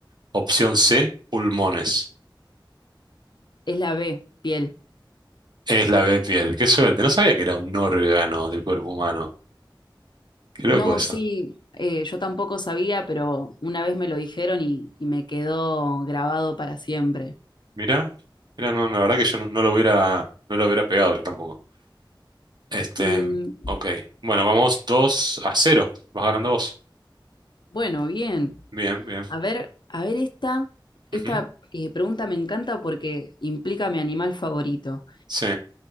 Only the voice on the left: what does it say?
Es la B, piel.
No,
sí, eh, yo tampoco sabía, pero una vez me lo dijeron y, y me quedó grabado para siempre.
Mm,
bueno, bien.
A ver, a ver esta, esta
eh, pregunta me encanta porque implica mi animal favorito.